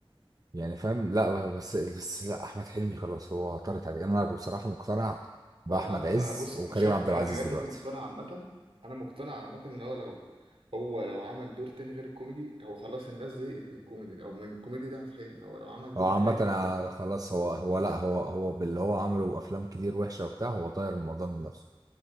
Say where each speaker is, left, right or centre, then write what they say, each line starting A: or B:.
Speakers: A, on the right (about 40°); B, on the right (about 70°).
A: يعني فاهم لا بس بس لا احمد حلمي خلاص هو طارت عليه انا بصراحة مقتنع باحمد
B: والله عامة
A: عز
B: أنا بص
A: وكريم
B: أنا شايف
A: عبد
B: لا-
A: العزيز
B: أنا لغاية دلوقتي
A: دلوقتي
B: مقتنع عامة أنا مقتنع عامة إن هو لو هو لو عمل دور تاني غير الكوميدي هو خلاص الناس زهقت من الكوميدي أو من الكوميدي ده أحمد حلمي هو لو عمل دور
A: هو عامة
B: تاني
A: آه،
B: هو
A: خلاص هو هو لا هو هو باللي هو عمله وافلام كتير وحشة وبتاع هو طاير الموضوع من نفسه